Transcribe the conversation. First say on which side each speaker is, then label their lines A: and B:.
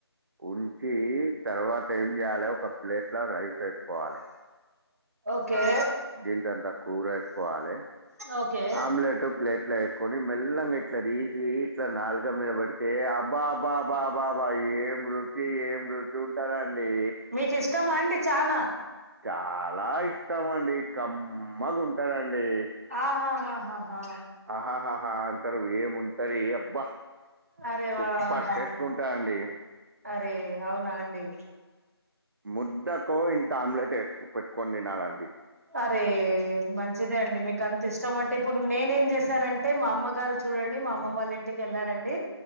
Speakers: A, on the right (about 55°); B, on the right (about 35°).
A: ఉంచి తర్వాత ఏం చేయాలే ఒక ప్లేట్లో రైస్ వేసుకోవాలే.
B: ఓకే.
A: గెంటెంత కూర ఏసుకోవాలే
B: ఓకే
A: ఆమ్లెట్. ప్లేట్లా వేసుకొని మెల్లంగా ఇట్లా తీసి ఇట్లా నాలుగ మీద పడితే అబ్బా బా బా బాబా. ఏం రోటి ఏం రుటి ఉంటదండి.
B: మీచిష్టమా అండి చానా.
A: చాలా ఇష్టం అండి కమ్మగా ఉంటాదండి
B: ఆహాహాహాహా
A: ఆహాహహా అంటరు ఏముంటది ఆబ్బా
B: అరే
A: సూపర్
B: వాహా
A: టేస్ట్ ఉంటాయి అండి
B: అరే అవునా అండి
A: ముద్దకు ఇంత ఆమ్లెట్ వే పెట్టుకొని తినాలండి
B: అరే మంచిదే అండి మీకు అంత ఇష్టం అంటే ఇప్పుడు నేనేం చేశానంటే మా అమ్మగారు చూడండి మా అమ్మ వాళ్ళ ఇంటికి వెళ్ళారండి